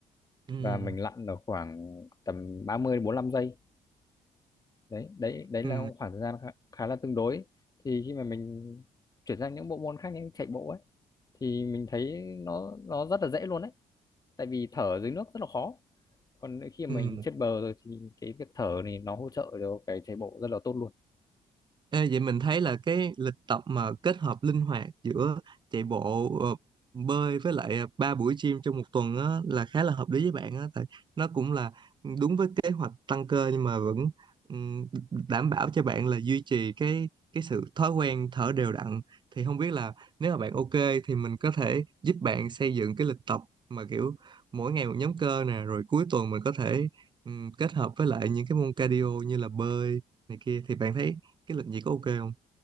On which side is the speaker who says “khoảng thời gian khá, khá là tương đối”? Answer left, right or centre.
Left